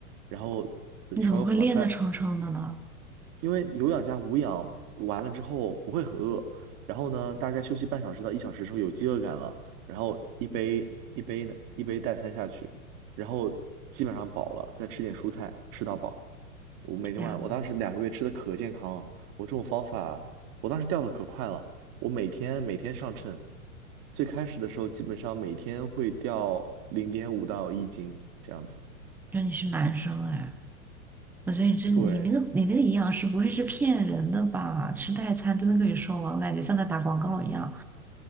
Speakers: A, on the right; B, in the centre.
A: 然后稍微缓半
B: 你怎么会练得撑撑的呢？
A: 因为有氧加无氧完了之后不会很饿，然后呢，大概休息半小时到一小时之后有饥饿感了，然后一杯一杯呢一杯代餐下去，然后基本上饱了，再吃点蔬菜吃到饱。我每天晚我当时两个月吃的可健康了，
B: 天呐，
A: 我这种方法我当时掉的可快了，我每天每天上称，最开始的时候基本上每天会掉零点五到一斤这样子。
B: 那你是男生哎。我觉得你这你那个你那个营养师不会是骗人的吧？
A: 对，
B: 吃代餐真的可以瘦吗？我感觉像在打广告一样。